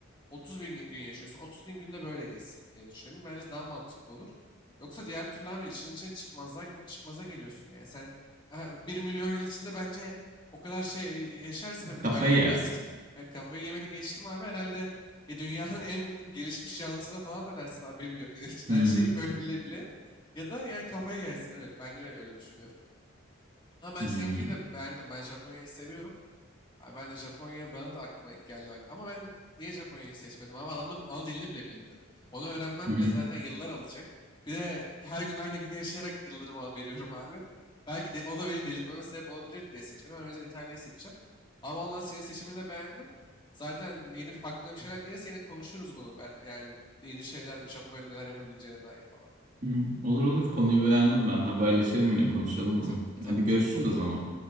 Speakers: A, on the left (about 20°); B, on the right (about 35°).
A: 30 bin gün yaşıyorsun. 30 bin günde böyle geçsin diye düşünelim. Bence daha mantıklı olur. Yoksa diğer türlü abi işin içine çıkmazdan çıkmaza geliyorsun yani. Sen e, bir milyon yıl içinde bence o kadar şey yaşarsan abi
B: Kafayı
A: aynı gün
B: yersin.
A: abi s- kafayı yemeni geçtim abi herhalde ya dünyanın en gelişmiş canlısına falan dönersin abi bir milyon yıl için
B: Hı
A: her şeyi böyle bile bile. Ya da yani kafayı yersin evet ben de öyle düşünüyorum. Ama ben
B: hı.
A: seninkini de beğendim. Ben Japonya'yı seviyorum. Abi ben de Japonya bana da aklıma ilk geldi bak. Ama ben niye Japonya'yı seçmedim abi? Adamın ana dilini bile bilmiyorum. Onu öğrenmem
B: Hı hı.
A: bile zaten yıllar alacak. Bir de her gün aynı günü yaşayarak yıllarımı veriyorum abi. Belki de, o da benim delirmeme sebep olabilir diye seçmedim. Ben o yüzden İtalya'yı seçeceğim. Ama Allah senin seçimini de beğendim. Zaten yeni aklına bir şeyler gelirse yine konuşuruz bunu. Ben- Yani yeni şeyler Japonya'da neler yapabileceğine dair falan.
B: Hı, Olur olur konuyu beğendim ben. Haberleşelim yine konuşalım bunu.
A: Ta- tabii
B: Hadi
A: tabii
B: görüşürüz
A: konuş.
B: o zaman.